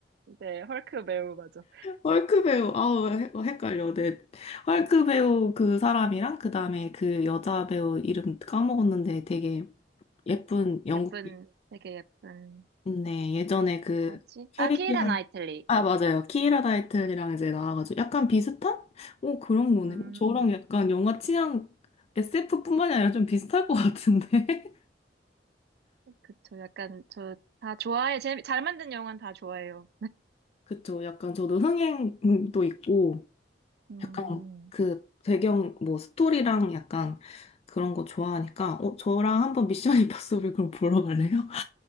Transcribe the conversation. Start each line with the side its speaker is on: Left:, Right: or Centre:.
Right: 네, 헐크 매우 맞아.
Left: 헐크 배우, 아우, 헷- 헷갈려, 네. 헐크 배우 그 사람이랑, 그 다음에 그 여자 배우 이름 까먹었는데 되게 예쁜 영국,
Right: 예쁜, 되게 예쁜,
Left: 네, 예전에 그
Right: 누구지?
Left: 캐리비안,
Right: 아, 키이라 나이틀리.
Left: 아, 맞아요. 키이라 다이틀이랑 이제 나와가지고 약간 비슷한? 오, 그런 거네.
Right: 음,
Left: 오, 저랑 약간 영화 취향 SF뿐만이 아니라 좀 비슷할 것 같은데? <laughs>
Right: 그쵸. 약간, 저, 다 좋아해. 재미, 잘 만든 영화는 다 좋아해요.
Left: 그쵸. 약간 저도 흥행도 있고,
Right: 음,
Left: 약간 그 배경 뭐 스토리랑 약간 그런 거 좋아하니까 어 저랑 한번 미션 임파서블 그럼 보러 갈래요?